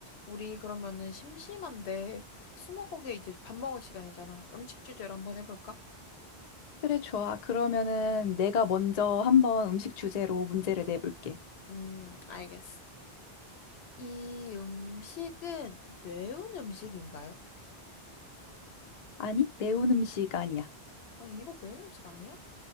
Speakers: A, on the left; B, on the left.
A: 우리 그러면은 심심한데 스무고개 이제 밥 먹을 시간이잖아. 음식 주제로 한번 해볼까?
B: 그래, 좋아. 그러면은 내가 먼저 한번 음식 주제로 문제를 내볼게.
A: 음, 알겠어. 이 음식은 매운 음식인가요?
B: 아니, 매운 음식 아니야.
A: 아, 이거 매운 음식 아니야?